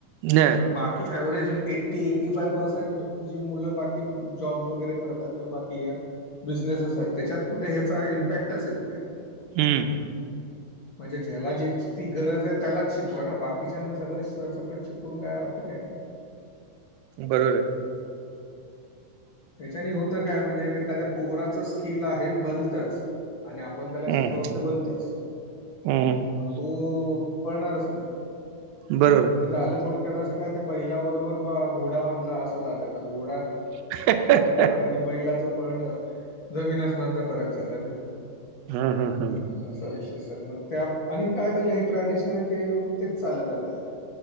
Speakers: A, on the right; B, on the left.
A: न
B: पण बाकी एव्हरेज एटी एकी फार पसेटं- जी मुलं बाकी कुठं जॉब्स वगैरे करतात, किंवा बाकी हे- बिझनेस असा त्यांच्यांत कुठे ह्याचा इम्पॅक्टच येत नाही.
A: हम्म
B: म्हणजे जेला जी ती गरज आहे त्यालाच शिकवा ना, बाकीच्यांना सगळं सरसकट शिकवून काही अर्थ नाही ना.
A: बरोबर आहे.
B: हेच्याने होतं काय म्हणजे, एखाद्या पोहराचं स्किल आहे भदलतंच. आणि आपण त्याला
A: हम्म
B: शिकवतो भलतच.
A: हम्म हम्म.
B: तू पळणारच नाही
A: बरोबर
B: म्ह
A: आहे.
B: ते झालं थोड- असं कायतर त्या बैलाबरोबर घोडा बांधला असं झालं. आता घोडा-
A: <inaudible>
B: पळणारी बैलाच पळणजमीन आसमानचा फरक झाला ना.
A: हम हम हम
B: अस विषय सगळा मग त्या आणि काय झालं हे ट्रॅडिशनल ते तेच चालत आलंय.